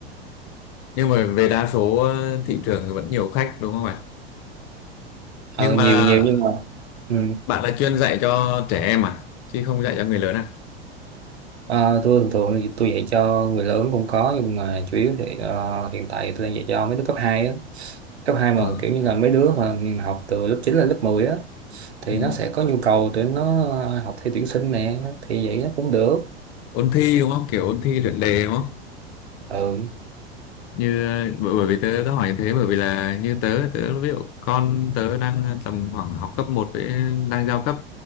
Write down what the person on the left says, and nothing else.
nhưng mà về đa số ờ, thị trường thì vẫn nhiều khách đúng không ạ nhưng
mà
bạn là chuyên dạy cho trẻ em à chứ không dạy cho người lớn à
ờ
ừ.
ôn thi đúng không kiểu ôn thi luyện đề đúng không
như ờ, bởi bởi vì tớ đã hỏi như thế bởi vì là như tớ tớ ví dụ con tớ đang tầm khoảng học cấp một với đang giao cấp